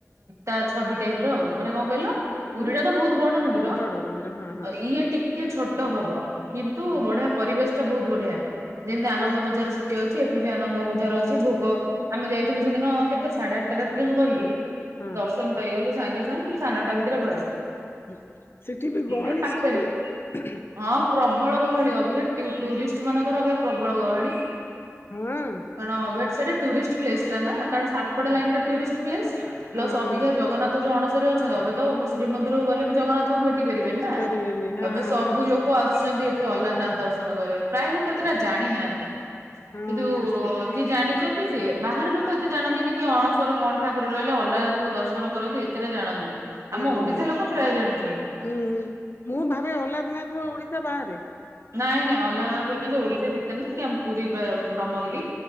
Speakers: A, on the right (about 60°); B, on the left (about 45°).
A: ତା ଛବି ଟାଇପ୍ ର ଆଉ, ମାନେ କଁ କହିଲ?
B: ହୁଁ
A: ପୁରୀ ଟା ତ ଭୋଉତ୍ ବଡ ମନ୍ଦିର,
B: ବଡ ମନ୍ଦିର ହଁ ହଁ
A: ଅ ଇଏ ଟିକେ ଛୋଟ ହବ କିନ୍ତୁ
B: ହଁ
A: ବଢିଆ ପରିବେଶ ଟା ବହୁତ ବଢିଆ, ଯେମିତି ଆନନ୍ଦ
B: ଲୋକ
A: ବଜାର ସେ ସେଠି ଅଛି, ଏଠି ବି ଆନନ୍ଦ ବଜାର ଅଛି, ଭୁଗ ଆମେ ଯାଇଥିଲୁ ସେଦିନ କେତେ ସାଡେଆଟ୍ଟା ରାତିରେ ମୁଁ ଗଲୁ
B: ହଁ
A: ଦର୍ଶନ ପାଇଗଲୁ ସାଙ୍ଗେ ସାଙ୍ଗ୍, ସାନଟା ଭିତରେ ଘରେ।
B: ଉଁ ହୁଁ, ସେଠି ବି ଗହଳି
A: ଏ ପାଖରେ
B: ସବୁବେଳେ ହୁଁ ହୁଁ।
A: ହଁ ପ୍ରବଳ ଗହଳି, ଅବିକା ଟ୍ୟୁ, ଟୁରିଷ୍ଟ୍ ମାନଙ୍କର ଅବିକା ପ୍ରବଳ ଗହଳି।
B: ହଁ।
A: କାରଣ ଅବେଟ୍ ସେଟା ଟୁରିଷ୍ଟ୍ ପ୍ଲେସ୍ ଟା ନା, କାରଣ ସାତପଡା
B: ହଁ
A: ଲାଇନ୍ ଟା ଟୁରିଷ୍ଟ୍ ପ୍ଲେସ୍,
B: ହଁ
A: ପ୍ଲସ
B: ହଁ
A: ଅବିକା ଜଗନ୍ନାଥ୍ ତ ଅଣସରରେ ଅଛନ୍ତି, ଏବେ ତ ଶ୍ରୀମନ୍ଦିରକୁ ଗଲେ ବି ଜଗନ୍ନାଥଙ୍କୁ ଭେଟି ପାରିବେନି ନା,
B: ପାରିବେନି ହଁ
A: ଏବେ
B: ହଁ
A: ସବୁ
B: ହଁ
A: ଲୋକ ଲୋକ ଆସଛନ୍ତି ଏଠି ଅଲାରନାଥ ଦର୍ଶନ କରିବାକୁ, ପ୍ରାଏ ଲୋକୋ ଏତେଟା ଜାଣିନାହାନ୍ତି।
B: ହଁ
A: କିନ୍ତୁ
B: ହଁ ସେ
A: ଅନ୍ ଯିଏ ଜାଣିଛନ୍ତି ସିଏ, ବାହାର୍ ଲୋକ ଏତେ ଜାଣନ୍ତିନି କି ଅଣସର କଣ ଠାକୁର ରହିଲେ ଅଲ ଅଲାରନାଥ ଙ୍କୁ ଦର୍ଶନ କରନ୍ତି ଏତେଟା ଜାଣନ୍ତିନି,
B: ଜାଣନ୍ତିନି
A: ଆମ ଓଡିଶା ଲୋକ ପ୍ରାୟ ଜାଣିଚନ୍ତି।
B: ହୁଁ ହୁଁ ମୁଁ ଭାବେ ଅଲାରନାଥ ଓଡିଶା ବାହାରେ।
A: ନାଇଁ, ନାଇଁ ଅଲାରନାଥ ହୋଉଛନ୍ତି ଓଡିଶା ଭିତରେ ନାଇ, ଆମ୍ ପୁରୀ ବେ ବ୍ରହ୍ମଗିରି।